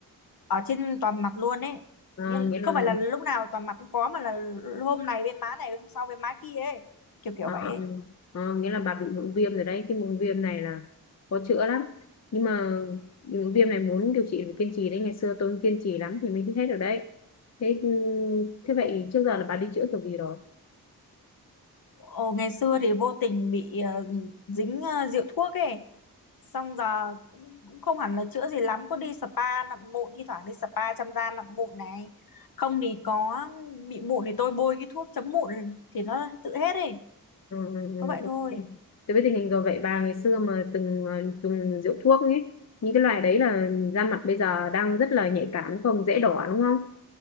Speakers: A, on the left; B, on the left.
A: ở trên toàn mặt luôn ấy.
B: Ờ,
A: Nhưng
B: nghĩa
A: không
B: là
A: phải là lúc nào toàn mặt cũng có mà là hôm này bên má này hôm sau bên má kia ấy, kiểu kiểu
B: Ờ,
A: vậy ấy.
B: ờ, nghĩa là bà bị mụn viêm rồi đấy cái mụn viêm này là khó chữa lắm nhưng mà mụn viêm này muốn điều trị phải kiên trì đấy ngày xưa tôi cũng kiên trì lắm thì mới hết được đấy thế ừ, thế vậy trước giờ là bà đi chữa kiểu gì rồi
A: Ồ, ngày xưa thì vô tình bị ờ, dính ờ, rượu thuốc ấy xong giờ cũng cũng không hẳn là chữa gì lắm có đi spa nặn mụn thi thoảng đi spa chăm da nặn mụn này không thì có bị mụn thì tôi bôi cái thuốc chấm mụn thì nó tự hết ấy
B: ừ, ừ, ừ,
A: có vậy
B: ok.
A: thôi
B: tôi biết tình hình rồi vậy bà ngày xưa mà từng ờ, dùng rượu thuốc ấy những cái loại đấy là da mặt bây giờ đang rất là nhạy cảm đúng không dễ đỏ đúng không